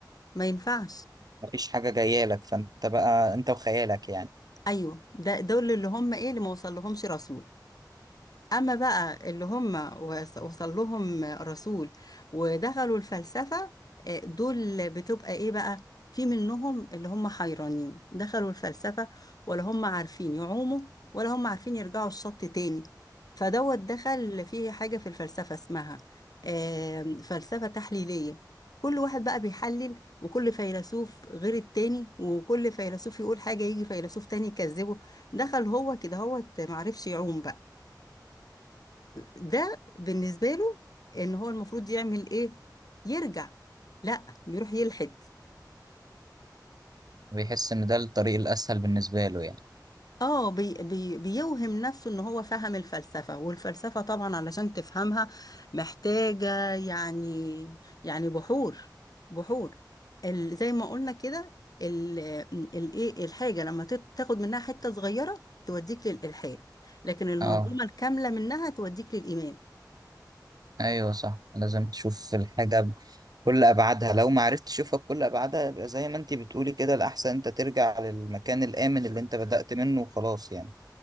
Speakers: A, on the left; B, on the right.
A: ما ينفعش
B: مفيش حاجة جاية لك فانت بقى انت وخيالك يعني
A: ايوه ده دول اللي هم ايه اللي ما وصل لهمش رسول أما بقى اللي هم وص- وصل لهم رسول ودخلوا الفلسفة آه، دول بتبقى إيه بقى في منهم اللي هم حيرانين دخلوا الفلسفة ولا هم عارفين يعوموا ولا هم عارفين يرجعوا الشط تاني فدوت دخل في حاجة في الفلسفة اسمها آه، فلسفة تحليلية كل واحد بقى بيحلل وكل فيلسوف غير التاني وكل فيلسوف يقول حاجة يجي فيلسوف تاني يكذبه دخل هو كده هو معرفش يعوم بقى ده بالنسبة له ان هو المفروض يعمل ايه يرجع لا بيروح يلحد
B: بيحس ان ده الطريق الاسهل بالنسبة له يعني
A: اه بي بي بيوهم نفسه ان هو فهم الفلسفة والفلسفة طبعا علشان تفهمها محتاجة يعني يعني بحور بحور ال زي ما قلنا كده ال- الايه الحاجة لما تت- تاخد منها حتة صغيرة توديك للإلحاد لكن المنظومة
B: اه
A: الكاملة منها توديك للإيمان
B: ايوه صح لازم تشوف الحاجة بكل ابعادها لو ما عرفتش تشوفها بكل ابعادها يبقى زي ما انت بتقولي كده الاحسن انت ترجع للمكان الامن اللي انت بدأت منه وخلاص يعني